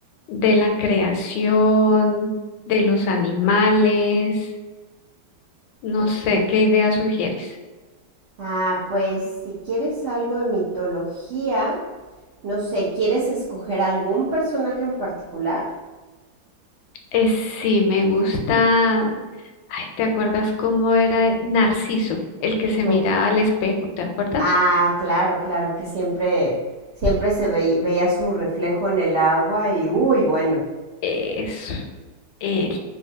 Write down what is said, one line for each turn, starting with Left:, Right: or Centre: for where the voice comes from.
Left: de la creación, de los animales, no
Right: Ok.
Left: sé, ¿qué idea sugieres?
Right: Ah, pues si quieres algo de mitología, no sé, ¿quieres escoger algún personaje en particular?
Left: Eh, sí, me gusta. Ay, ¿te acuerdas cómo era Narciso, el que se miraba
Right: O-
Left: al espejo? ¿Te acuerdas?
Right: Ah, claro, claro, que siempre, siempre se ve- veía su reflejo en el agua y, uy, bueno.
Left: Eso. Él.